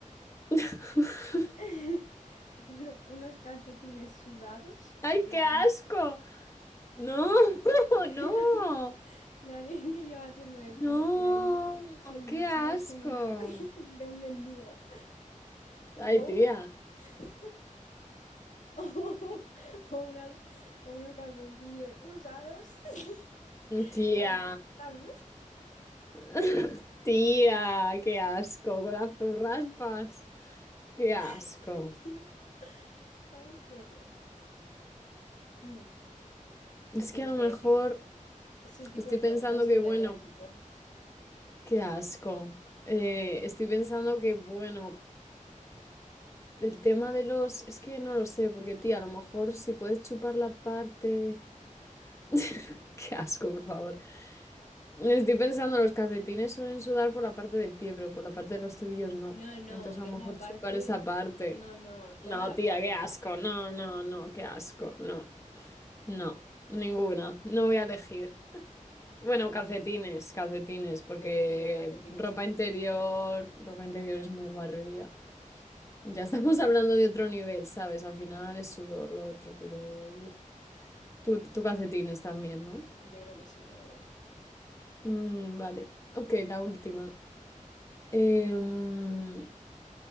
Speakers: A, on the left (about 20°); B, on the left (about 65°).
A: <laughs>
B: <laughs> uno- unos calcetines sudados
A: ¡Ay,
B: de
A: qué
B: alguien,
A: asco! No, <laughs>
B: <laughs>
A: no,
B: de, al- de alguien que lleva haciendo deporte
A: no,
B: ahí sin
A: qué
B: ducharse
A: asco.
B: ni nada, <laughs> de un mendigo.
A: Ay,
B: O,
A: tía,
B: <laughs> o, o unas, o unos calzoncillos usados. <laughs>
A: tía,
B: Tam, tam.
A: <laughs> tía, qué asco con las raspas. Qué asco.
B: <laughs> Tía, ay, qué horror. <clears throat> <coughs>
A: Es
B: Tienes
A: que a lo
B: que
A: mejor
B: elegir. Es el tipo
A: estoy
B: de preguntas
A: pensando que,
B: que te
A: bueno,
B: haría Kiko.
A: qué asco. Eh, estoy pensando que, bueno, el tema de los... Es que no lo sé, porque, tía, a lo mejor si puedes chupar la parte... <laughs> Qué asco, por favor. Estoy pensando, los calcetines suelen sudar por la parte del pie, pero por la parte de los tobillos no.
B: No, no,
A: Entonces
B: es
A: a lo
B: la
A: mejor
B: parte...
A: chupar esa parte.
B: No, no, toda
A: No,
B: la
A: tía,
B: planta.
A: qué asco. No, no, no, qué asco. No, no, ninguna. No voy a elegir. Bueno, calcetines, calcetines, porque
B: Yo preferiría calcetines
A: ropa
B: también.
A: interior, ropa interior es muy guarrería. Ya estamos <laughs> hablando de otro nivel, ¿sabes? Al final es sudor lo otro, pero uf. Tú, tú calcetines también, ¿no?
B: Yo creo que sí, la verdad.
A: Mm, vale. Ok, la última. Em,